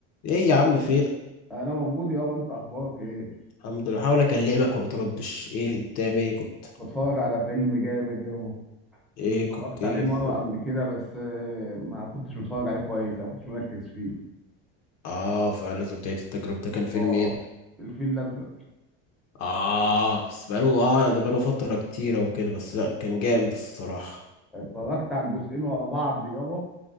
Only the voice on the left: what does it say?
ايه يا عم فين
الحمد لله بحاول اكلمك ما بتردش ايه بتعمل ايه كنت
ايه
كنت ايه
فين؟
اه فلازم تعيد التجربة ده كان فيلم
ايه ده
اه بس بقاله اه ده بقاله فترة كتيرة وكده بس لا كان جامد الصراحة